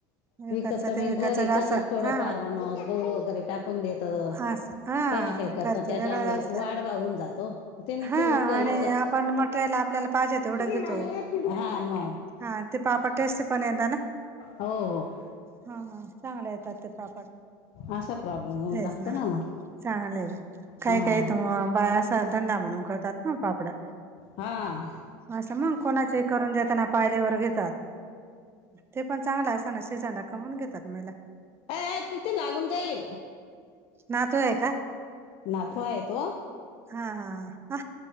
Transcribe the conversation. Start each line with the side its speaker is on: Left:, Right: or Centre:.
Right: विकाचा
Left: विकतच
Right: ते
Left: नही
Right: विकाचा
Left: घरी कस
Right: असा
Left: थोडं
Right: हा
Left: फार माणस गहू वगैरे टाकून देत, काही
Right: अस हा
Left: ना काही करतं
Right: घरच
Left: त्याच्यामुळे
Right: वेगळाच असतं
Left: वाढवा हून जातो हो! तेने
Right: हा
Left: कायं उका
Right: आणि
Left: इकत
Right: आपण मटेरियल आपल्याला पाहिजे तेवढं
Left: कत
Right: घेतो
Left: हा म!
Right: हा ते पापडं टेस्टी पण येता ना!
Left: हो हो!
Right: हा हा चांगले येतात ते पापड.
Left: असा प्रॉब्लेम होऊन
Right: तेच
Left: लागतो
Right: ना
Left: मग
Right: चांगलं यं मं काही
Left: हा
Right: काही त म बायां धंदा म्हणून करतात ना पापडं.
Left: हा
Right: अस मग कोणाचे ही करून देतात पायलेवर घेतात ते पण चांगलं असताना सिजन. कमून घेतात महीला.
Left: ये ये तिथे लागून जाईल.
Right: नातू आहे का?
Left: नातू आहे तो!
Right: हा हा